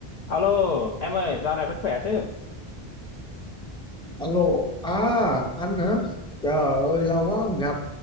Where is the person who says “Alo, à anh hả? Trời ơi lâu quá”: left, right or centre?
Centre